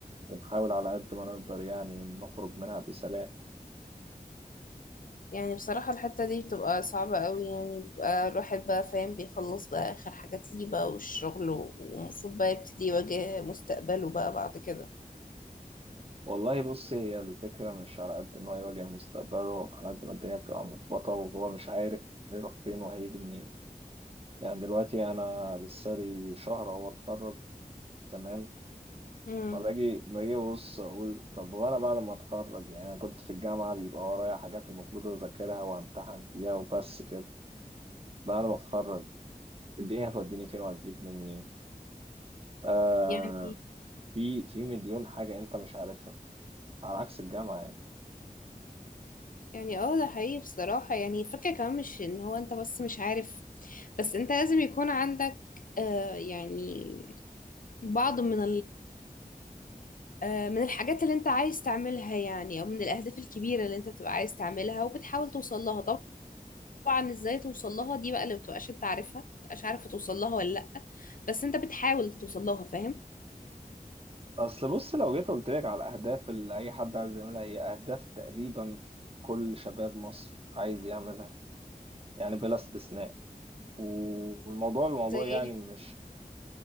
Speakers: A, on the right; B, on the left.
A: بنحاول على قد ما نقدر يعني نخرج منها بسلام
B: يعني بصراحة الحتة دي بتبقى صعبة قوي يعني بيبقى الواحد بقى فاهم بيخلص بقى اخر حاجات ليه بقى والشغل و- والمفروض بقى يبتدي يواجه مستقبله بقى بعد كده
A: والله بص هي الفكره مش على قد ان هو يواجه مستقبله على قد ما الدنيا بتبقى ملخبطه وهو مش عارف هيروح فين وهيجي منين يعني دلوقتي انا لسه لي شهر اهو اتخرج تمام
B: امم
A: فباجي باجي ابص اقول طب وانا بعد ما اتخرج يعني انا كنت في الجامعه بيبقى ورايا حاجات المفروض اذاكرها وامتحن فيها وبس كده بعد ما اتخرج الدنيا هتوديني فين وهتجيبني منين آه
B: يعني
A: في في مليون حاجة انت مش عارفها على عكس الجامعة يعني
B: يعني اه ده حقيقي بصراحة يعني فكرة كمان مش ان هو انت بس مش عارف بس انت لازم يكون عندك آه يعني بعض من آه، من الحاجات اللي انت عايز تعملها يعني او من الاهداف الكبيره اللي انت بتبقى عايز تعملها وبتحاول توصل لها طبعا ازاي توصل لها دي بقى اللي بتبقاش انت عارفها مبتبقاش عارفه توصل لها ولا لا بس انت بتحاول توصل لها فاهم
A: اصل بص لو جيت قلت لك على الاهداف اللي اي حد عايز يعملها هي اهداف تقريبا كل شباب مصر عايز يعملها يعني بلا استثناء والموضوع الموضوع
B: زي ايه
A: يعني مش